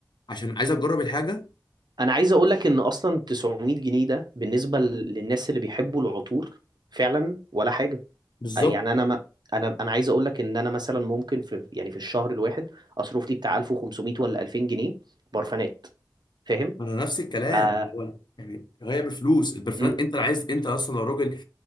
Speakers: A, on the left; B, on the right.
A: عشان عايزه تجرب الحاجه
B: انا عايز اقول لك ان اصلا 900 جنيه ده بالنسبه للناس اللي بيحبوا العطور فعلا ولا حاجه
A: بالظبط
B: يعني انا ما انا انا عايز اقول لك ان انا مثلا ممكن في يعني في الشهر الواحد اصرف لي بتاع 1500 ولا 2000 جنيه برفانات فاهم
A: انا نفس الكلام
B: آه
A: هو يعني هي بفلوس البرفانات
B: امم
A: انت عايز انت اصلا لو راجل